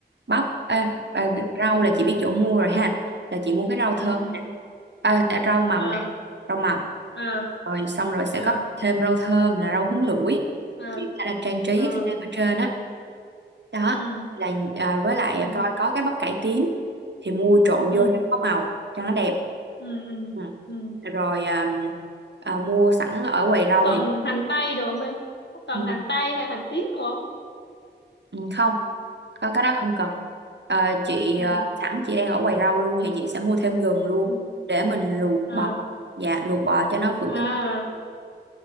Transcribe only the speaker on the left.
ừ
ừ
ừ
à
à
à
à
ừ
ừ
ừ
ừ
ừ ừ
ừ.
có
cần
hành tây được không em có cần
hành tây hay hành tím được không
ừ
ừ
à
à